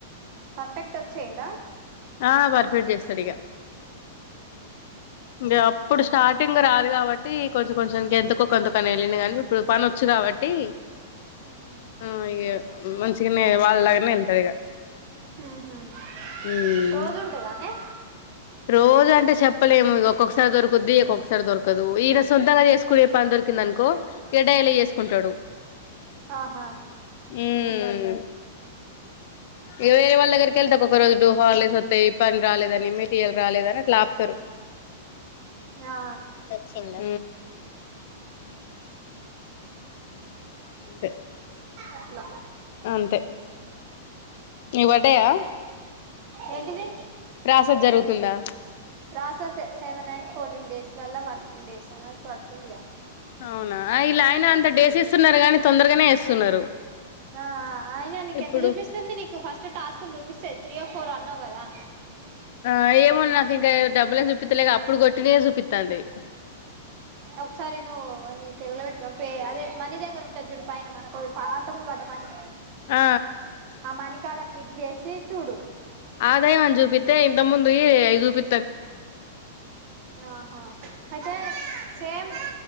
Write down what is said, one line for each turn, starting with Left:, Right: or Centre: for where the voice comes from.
Right: పర్ఫెక్ట్ వచ్చా ఇడా
Left: ఆ చేస్తాడు ఇగ ఇంగ అప్పుడు స్టార్టింగ్ రా దు కాబట్టి కొంచెం కొంచెంకి ఎంతకో కొంతకని వెళ్ళింది గాని ఇప్పుడు పనివచ్చు కాబట్టి
Right: ఉహు
Left: ఆ ఇగ మంచిగనే వాళ్ళలాగానే వెళ్తడు ఇగ
Right: అహ
Left: ఉమ్
Right: రోజు ఉంటదన్నే
Left: రోజు అంటే చెప్పలేము. ఒక్కొక్కసారి దొరుకుద్ది. ఒక్కొక్కసారి దొరకదు. ఈయన సొంతంగా చేసు కునే పని దొరికింది అనుకో ఇగ డైలీ చేసుకుంటడు.
Right: ఆహా
Left: ఉమ్ ఇగ వేరవాల దగ్గరకి కెల్తా ఒకక్క రోజుడు హాల్డెస్ వత్తయి పని రాలేదని ఇయాల రాలేద అని అట్ల ఆపుతరు
Right: ఆ
Left: వచ్చిండా అంతే
Right: అట్ల
Left: అంతే నీకు పడ్డయా
Right: ఏంటిది
Left: ప్రాసెస్ జరుగుతుందా
Right: ప్రాసెస్సె సెవెన్ నైన్ ఫోర్టీన్ డేస్లల్లా వర్కింగ్ డేస్ అనేసి పడుతుందిగా
Left: అవునా ఇలాయిన అంత డేస్ ఇస్తున్నరు గాని, తొందరగనే ఏస్తున్నారు.
Right: ఆ ఆయినా నీకేంత
Left: ఇప్పుడు
Right: చూపిస్తుంది నీకు ఫస్ట్ టాస్క్లు చూపిస్తది త్రీ ఆఫ్ పోరు అన్నావు కదా
Left: ఆ ఏమొ నాకు ఇంకా డబ్బులు చూపిత్తలేక అప్పుడు కొట్టినయే చూపిత్తాంది.
Right: ఒకసారి నువ్వు నీ తెలుగులో పెట్టుకున్నావా అదే పె మనీ దగ్గర ఉంటది జూడు పైన మన కా అంత మని
Left: ఆ
Right: ఆ మని కాడ క్లిక్ చేసి చూడు
Left: ఆదాయమని చూపిత్తే ఇంత ముందువి ఐయి చూపి
Right: ఆహా అయితే సేమ్